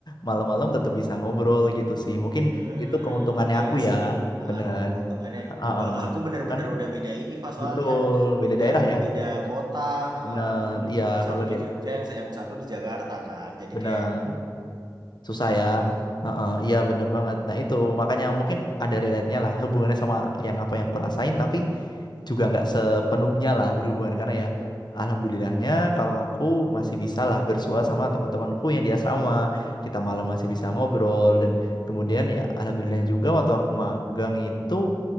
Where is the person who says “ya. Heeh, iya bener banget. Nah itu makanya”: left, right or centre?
Left